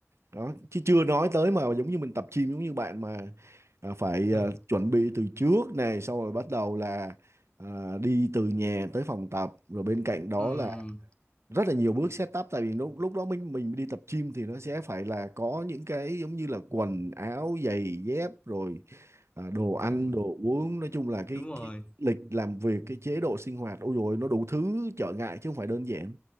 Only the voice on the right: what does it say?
đó chứ chưa nói tới mà giống như mình tập gym giống như bạn mà à, phải
à, chuẩn bị từ trước này xong rồi bắt đầu là à, đi từ nhà tới phòng tập rồi bên cạnh đó
là rất là nhiều bước setup tại vì lúc lúc đó mình mình đi tập gym thì nó sẽ phải là có những cái giống như là quần áo giày dép rồi à, đồ ăn
đồ uống nói chung là cái,
cái lịch làm việc cái chế độ sinh hoạt ôi rồi nó đủ thứ trở ngại chứ không phải đơn giản